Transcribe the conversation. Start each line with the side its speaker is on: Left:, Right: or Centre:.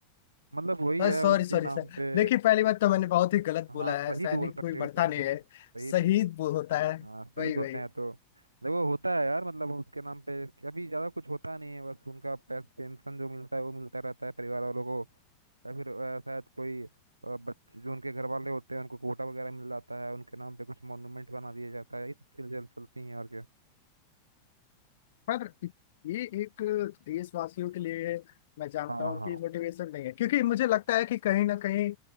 Right: मतलब वही
Left: है
Right: है
Left: सॉरी
Right: उसके
Left: सॉरी
Right: नाम
Left: सर
Right: पे
Left: देखिए पहली बात तो मैंने बहुत ही गलत
Right: हाँ
Left: बोला
Right: शहीद
Left: है सैनिक
Right: बोल सकते
Left: कोई
Right: हो
Left: मरता
Right: तुम उसे
Left: नहीं है
Right: शहीद
Left: शहीद वो होता है
Right: हाँ शहीद
Left: वही वही
Right: होते हैं तो देखो होता है यार मतलब उसके नाम पे अभी ज्यादा कुछ होता नहीं है बस उनका पे, पेंशन जो मिलता है वो मिलता रहता है परिवार वालों को या फिर अ, शायद कोई अ, बच्चे जो उनके घर वाले होते हैं उनको कोटा वगैरह मिल जाता है उनके नाम पे कुछ मॉन्यूमेंट बना दिया जाता है ये सब चीजें चल चलती हैं और क्या
Left: पर ये एक देशवासियों के लिए मैं जानता
Right: हाँ
Left: हूँ
Right: हाँ
Left: कि मोटिवेशन नहीं है क्योंकि मुझे लगता है कि कहीं ना कहीं